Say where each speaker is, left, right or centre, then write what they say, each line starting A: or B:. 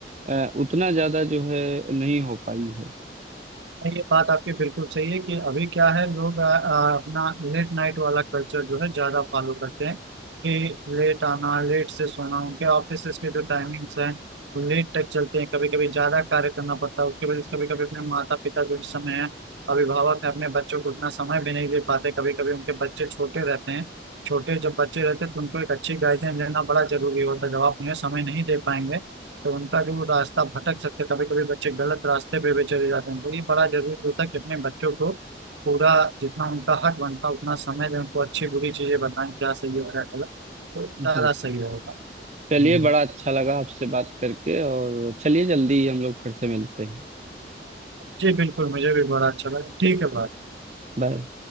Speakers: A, on the right; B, on the right.
A: अ, उतना ज्यादा जो है नहीं हो पाई है
B: ये बात आपकी बिल्कुल सही है कि अभी क्या है लोग अ, अ, अपना लेट नाइट वाला कल्चर जो है ज्यादा फॉलो करते हैं कि लेट आना लेट से सोना उनके ऑफिस के जो टाइमिंग्स हैं वो लेट तक चलते हैं कभी कभी ज्यादा कार्य करना पड़ता है उसके वजह से कभी कभी अपने माता पिता जो इस समय है अभिभावक है अपने बच्चों को उतना समय भी नहीं दे पाते कभी कभी उनके बच्चे छोटे रहते हैं छोटे जब बच्चे रहते हैं तो उनको एक अच्छी गाइडेंस देना बड़ा जरूरी होता है जब आप उन्हें समय नहीं दे पाएंगे तो उनका जो रास्ता भटक सकते कभी कभी बच्चे गलत रास्ते पे भी चले जाते हैं तो ये बड़ा जरूरी होता है कि अपने बच्चों को पूरा जितना उनका हक बनता है उतना समय दें उनको अच्छी बुरी चीजें बताएं क्या सही है क्या गलत तो ज्यादा
A: बिल्कुल
B: सही रहेगा
A: चलिए
B: हम्म।
A: बड़ा अच्छा लगा आपसे बात करके और चलिए जल्दी हम लोग फिर से मिलते हैं
B: जी बिल्कुल मुझे भी बड़ा अच्छा लगा ठीक है भाई
A: बाय